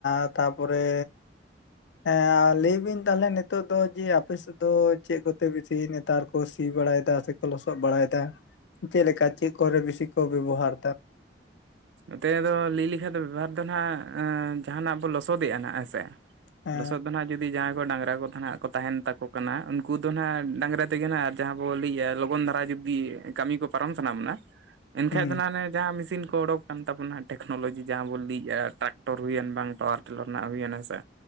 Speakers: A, on the left; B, on the right.
A: ᱟᱻ ᱛᱟ ᱯᱚᱨᱮ ᱮᱸ ᱟᱻ ᱞᱟᱹᱭ ᱵᱤᱱ ᱛᱟᱦᱚᱞᱮ ᱱᱤᱛᱚᱜ ᱫᱚ ᱡᱮ ᱟᱯᱮ ᱥᱮᱜ ᱫᱚ ᱪᱮᱜ ᱠᱚᱛᱮ ᱵᱤᱥᱤ ᱱᱮᱛᱟᱨ ᱠᱚ ᱥᱤ ᱵᱟᱲᱟᱭ ᱫᱟ ᱥᱮ ᱠᱚ ᱞᱚᱥᱚᱜ ᱵᱟᱲᱟᱭ ᱫᱟ, ᱪᱮᱜ ᱞᱮᱠᱟ ᱪᱮᱜ ᱠᱚᱨᱮ ᱵᱤᱥᱤ ᱠᱚ ᱵᱮᱵᱚᱦᱟᱨ ᱫᱟ?
B: ᱱᱚᱛᱮ ᱫᱚ ᱞᱤᱭ ᱞᱮᱠᱷᱟᱡ ᱫᱚ ᱵᱮᱵᱚᱦᱟᱨ ᱫᱚ ᱱᱟᱦᱟᱸᱜ ᱟᱸᱻ ᱡᱟᱦᱟᱸ ᱱᱟᱜ ᱵᱚ ᱞᱚᱥᱚᱫᱮᱜ-ᱟ ᱱᱟᱸᱜ ᱦᱮᱸᱥᱮ
A: ᱦᱮᱸ
B: ᱞᱚᱥᱚᱫ ᱫᱚ ᱱᱟᱦᱟᱸᱜ ᱡᱩ ᱫᱤ ᱡᱟᱦᱟᱸᱭ ᱠᱚ ᱰᱟᱝᱨᱟ ᱠᱚ ᱛᱟᱦᱮᱸᱱᱟ ᱠᱚ ᱛᱟᱦᱮᱸᱱ ᱛᱟᱠᱚ ᱠᱟᱱᱟ, ᱩᱱᱠᱩ ᱫᱚ ᱱᱟᱦᱟᱸᱜ ᱰᱟᱝᱨᱟ ᱛᱮᱜᱮ ᱱᱟᱦᱟᱸᱜ ᱟᱨ ᱡᱟᱦᱟᱸ ᱵᱚᱱ ᱞᱟᱹᱭᱮᱜᱼᱟ ᱞᱚᱜᱚᱱ ᱫᱷᱟᱨᱟ ᱡᱩᱫ ᱫᱤᱭᱟᱹ ᱠᱟᱢᱤ ᱠᱚ ᱯᱟᱨᱚᱢ ᱠᱟᱱᱟ ᱢᱟᱱᱮ? ᱮᱱᱠᱷᱟᱡ
A: ᱦᱩᱸ
B: ᱫᱚ ᱱᱟᱦᱟᱸᱜ ᱚᱱᱮ ᱡᱟᱦᱟᱸ ᱢᱤᱥᱤᱱ ᱠᱚ ᱚᱰᱳᱠ ᱠᱟᱱ ᱛᱟᱵᱚᱱᱟ ᱴᱮᱠᱱᱳᱞᱚᱡᱤ ᱡᱟᱦᱟᱸ ᱵᱚᱱ ᱞᱟᱹᱭᱮᱜᱼᱟ ᱴᱨᱟᱠᱴᱚᱨ ᱦᱩᱭᱮᱱ ᱵᱟᱝ ᱯᱟᱣᱟᱨ ᱴᱤᱞᱟᱨ ᱨᱮᱱᱟᱜ ᱦᱩᱭᱮᱱ ᱦᱮᱸᱥᱮ᱾